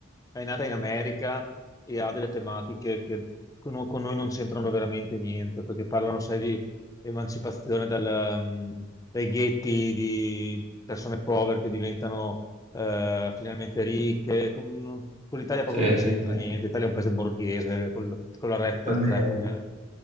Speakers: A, on the left (about 15°); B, on the right (about 35°).
A: è nata in America e ha delle tematiche che con, con noi non c'entrano veramente niente, perché parlano, sai, di emancipazione dal, mm, dai ghetti, di persone povere che diventano eh, finalmente ricche. Con, con l'Italia proprio
B: sì,
A: non c'entra
B: sì, sì.
A: niente. L'Italia è un paese borghese, col- con la rap
B: È
A: e
B: vero,
A: trap, eh,